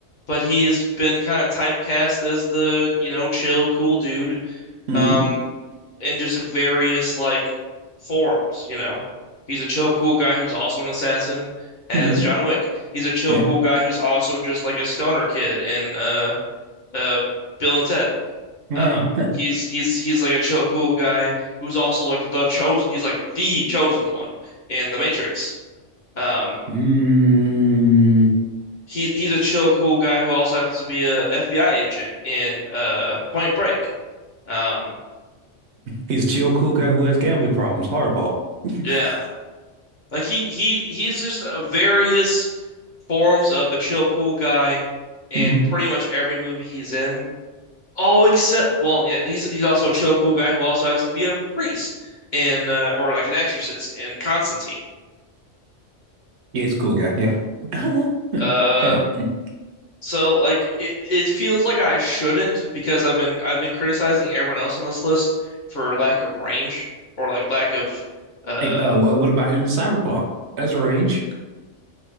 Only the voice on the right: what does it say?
hmm
hmm
Yeah.
<laughs> hmm
Mm.
He's a chill, cool guy who has gambling problems. Hardball. <laughs>
hmm Yeah,
he's a cool guy. Yeah. <laughs>
Hey, mm.
hey, uh, wh- what about him in Cyberpunk? That's range.